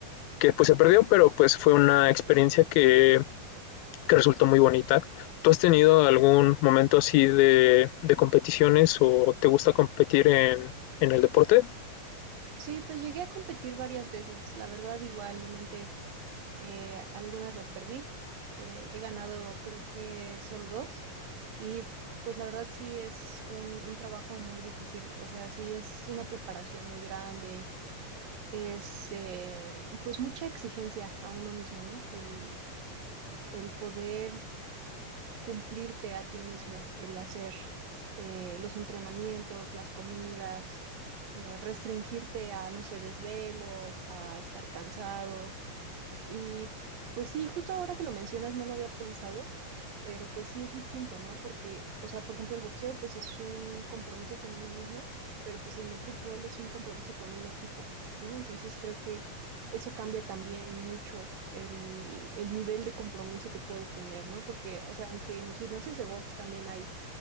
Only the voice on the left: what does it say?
que pues se perdió, pero pues fue una experiencia que, que resultó muy bonita. ¿Tú has tenido algún momento así de, de competiciones o te gusta competir en, en el deporte?